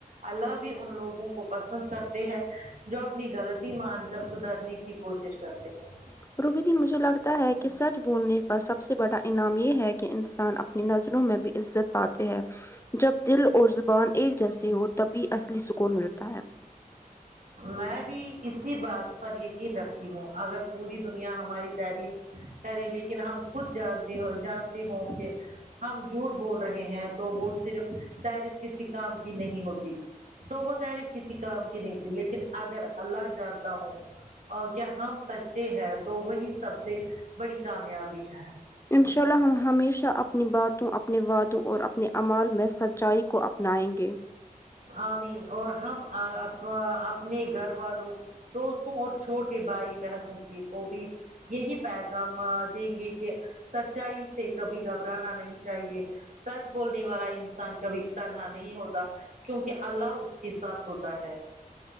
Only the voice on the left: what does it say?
روبی دی مجھے لگتا ہے کہ سچ بولنے کا سب سے بڑا انعام یہ ہے کہ کہ انسان اپنی نظروں میں بھی عزت پاتے ہے جب دل اور زبان ایک جیسی ہو تبھی اصلی سکون ملتا ہے
انشاء اللہ ہم ہمیشہ اپنی باتوں اپنے وادوں اور اپنے اعمال میں سچ چائ کو اپنائیں گے